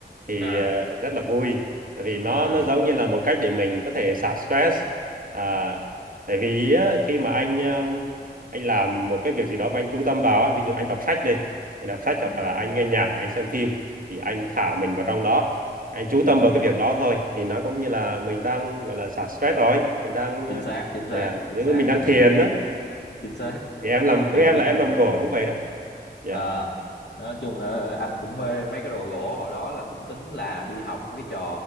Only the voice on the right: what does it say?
thì
à, rất là vui tại vì nó
nó giống như là một cách để mình có thể xả stress à, tại vì á, khi mà anh um, anh làm một cái việc gì đó mà anh chú tâm vào á ví dụ anh đọc sách đi anh đọc sách
hoặc là anh nghe nhạc hoặc anh xem phim thì anh thả mình vào trong đó anh chú
tâm vào cái việc đó thôi thì nó cũng như là mình đang gọi là xả stress rồi mình đang
à, giống
như mình đang
thiền
đó
thì em làm
với em
là em
làm gỗ cũng vậy đó dạ